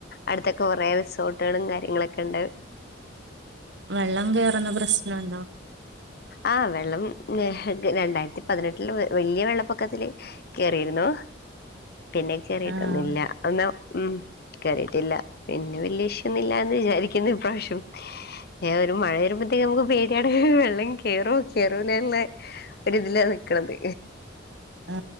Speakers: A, on the left; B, on the right.
A: അടുത്തൊക്കെ കൊറേ റിസോർട്ടുകളും കാര്യങ്ങളൊക്കണ്ട്.
B: വെള്ളം കേറുന്ന പ്രശ്നം ഉണ്ടോ?
A: ആ വെള്ളം ഏ രണ്ടായിരത്തി പതിനെട്ടില് വല്ല്യ വെള്ളപ്പൊക്കത്തില് കേറിയിരുന്നു പിന്നെ കേറിട്ടൊന്നുല്ല
B: ആഹ്
A: അന്നാ ഉം കേറിയിട്ടില്ല പിന്നെ വല്ല്യ ഇഷ്യൂ ഒന്നുല്ലാന്ന് വിചാരിക്കുന്നു ഈപാവശ്യം ഏ ഒരു മഴ വരുമ്പോഴത്തേക്ക് നമുക്ക് പേടിയാണ് വെള്ളം ഉം കേറോ കേറോന്നുള്ള ഒരു ഇതിലാ നിക്ക്ണത്.
B: ആ